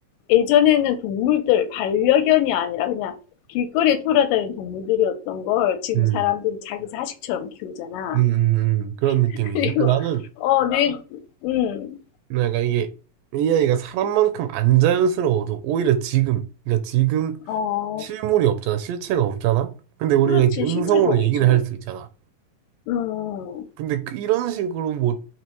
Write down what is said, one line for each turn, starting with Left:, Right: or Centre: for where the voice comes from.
Left: 예전에는 동물들, 반려견이 아니라 그냥 길거리에 돌아다니는 동물들이었던 걸 지금
Right: 음,
Left: 사람들이 자기 자식처럼 키우잖아.
Right: 음, 음, 음. 그런
Left: <laughs>
Right: 느낌이지
Left: 그리고,
Right: 근데 나는
Left: 어, 내, 음,
Right: 내가 이게 AI가 사람만큼 안 자연스러워도 오히려 지금 그러니까 지금
Left: 어,
Right: 실물이 없잖아 실체가 없잖아 근데 우리가
Left: 그렇지,
Right: 이제 음성으로
Left: 실체가 없지.
Right: 얘기를 할 수 있잖아
Left: 음.
Right: 근데 그- 이런 식으로 뭐